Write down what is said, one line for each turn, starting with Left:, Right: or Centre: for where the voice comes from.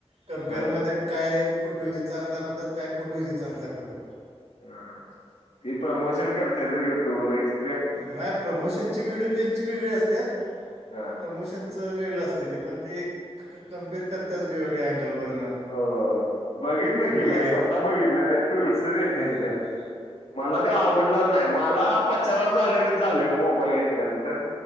Right: कम्पेअरमध्ये
Left: हां
Right: काय फुटहेज चे चाल दाखवतात. काय फुट हेजे चाल दाखवतात.
Left: ह ती प्रमोशन करते त युट्युबर एक.
Right: नाही प्रमोशनची व्हिडिओ त्यांची वेगळी असतात
Left: हां
Right: प्रमोशन च वेगळं असतं ते पण ते क कं्पेअर करतच वेगवेगळ्या अँगलवरनं.
Left: हो बघितलं की
Right: लाईट
Left: मी स्वतः बघितलं रे पिळसर येते
Right: मग
Left: ति त्यात मला ते आवडलाच नाय मला पश्चाताप झाल्यागत झालं मोबाईल घेतल्यानंतर